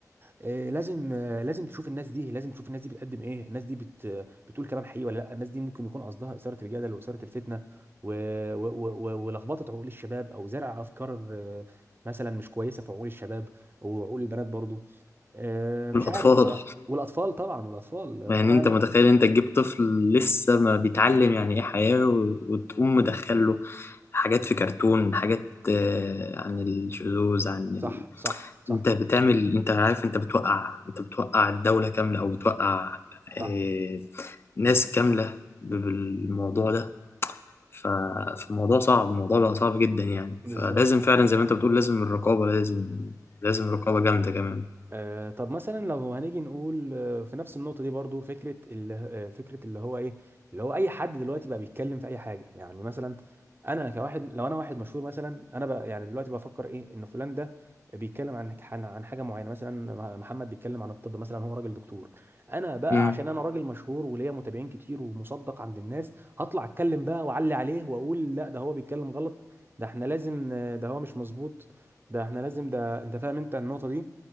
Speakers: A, on the right; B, on the left.
A: آه، لازم آه، لازم تشوف الناس دي لازم تشوف الناس دي بتقدم ايه الناس دي بت بتقول كلام حقيقي ولا لا الناس دي ممكن يكون قصدها إثارة الجدل وإثارة الفتنة و... و... و... و- ولخبطة عقول الشباب او زرع افكار آه، مثلا مش كويسة في عقول الشباب وعقول البنات برضه آه، مش
B: والاطفال
A: عارف بصراحة والأطفال طبعا والأطفال
B: يعني
A: فأنا
B: انت متخيل انت تجيب طفل لسه ما بيتعلم يعني ايه حياة و- وتقوم مدخله حاجات في كرتون حاجات آه، عن الشذوذ عن
A: صح
B: ال...
A: صح صح
B: انت بتعمل انت عارف انت بتوقع انت بتوقع الدولة كاملة او بتوقع
A: صح
B: آه، ناس كاملة ب- بالموضوع ده ف... فالموضوع صعب الموضوع بقى صعب جدا يعني
A: بالظبط
B: فلازم فعلا زي ما انت بتقول لازم الرقابة لازم لازم رقابة جامدة كمان
A: آه، طب مثلا لو هنيجي نقول آه، في نفس النقطة دي برضو فكرة اللي آه، فكرة اللي هو ايه اللي هو اي حد دلوقتي بقى بيتكلم في اي حاجة يعني مثلا انا كواحد لو انا واحد مشهور مثلا انا بقى يعني دلوقتي بفكر ايه ان فلان ده بيتكلم عن عن عن حاجة معينة مثلا مح- محمد بيتكلم عن الطب مثلا هو راجل دكتور انا بقى
B: امم
A: عشان انا راجل مشهور وليا متابعين كتير ومصدق عند الناس هطلع اتكلم بقى واعلي عليه واقول لا ده هو بيتكلم غلط ده احنا لازم آه، ده هو مش مظبوط ده احنا لازم ده انت فاهم انت النقطة دي